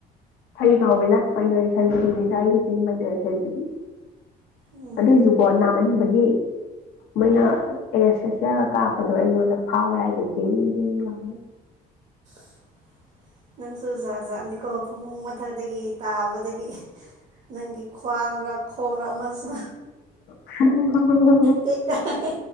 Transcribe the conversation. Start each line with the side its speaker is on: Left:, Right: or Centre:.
Left: ꯐꯩ ꯀꯥꯎꯋꯅ ꯃꯥꯏꯅꯔꯤ ꯁꯖꯔꯤꯅꯤꯗ ꯑꯩꯒꯤꯁꯦ ꯃꯥꯏꯅꯔꯤ ꯁꯖꯔꯤ
Right: ꯎꯝ
Left: ꯑꯗꯨꯏꯁꯨ ꯀꯣ ꯅꯥꯃꯟꯕꯒꯤ ꯃꯣꯏꯅ ꯑꯦꯔꯦꯁꯁ ꯀꯥꯞꯄꯗꯣ ꯑꯩꯉꯣꯟꯗ ꯐꯥꯎꯋꯦ ꯍꯥꯏꯗꯣ ꯌꯦꯡ ꯌꯦ
Right: <inaudible> ꯅꯪꯁꯨꯖꯥ ꯖꯥꯠꯅꯤꯀꯣ ꯐꯃꯨꯡ ꯃꯊꯛꯗꯒꯤ ꯇꯥꯕꯗꯒꯤ ꯅꯪꯒꯤ ꯈ꯭ꯋꯥꯡꯔꯥ ꯈꯣꯡꯔ ꯑꯃꯁꯨ
Left: ꯍ
Right: ꯇꯦꯛ ꯇꯥꯏ